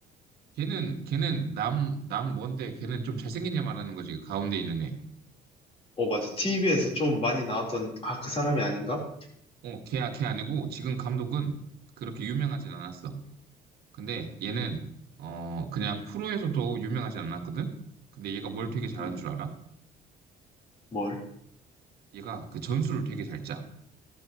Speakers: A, on the right; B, on the left.
A: 걔는 걔는 남 남 뭔데 걔는 좀 잘생긴 애 말하는 거지. 그 가운데 있는 애.
B: 어, 맞아. TV에서 좀 많이 나왔던, 아, 그 사람이 아닌가?
A: 어, 걔야 걔 아니고 지금 감독은 그렇게 유명하진 않았어. 근데 얘는 어 그냥 프로에서도 유명하진 않았거든. 근데 얘가 뭘 되게 잘하는
B: 음,
A: 줄 알아?
B: 뭘?
A: 얘가 그 전술을 되게 잘 짜.